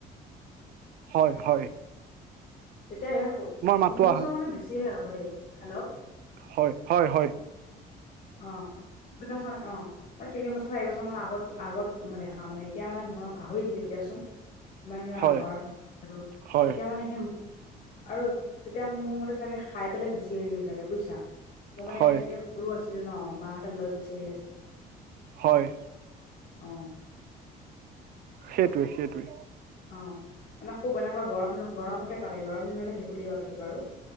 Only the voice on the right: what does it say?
হয়-হয়।
মাতো
আহা
হয়-হয়-হয়।
হয়
হয়
হয়
হয়
সেইটোৱে-সেইটোৱেই।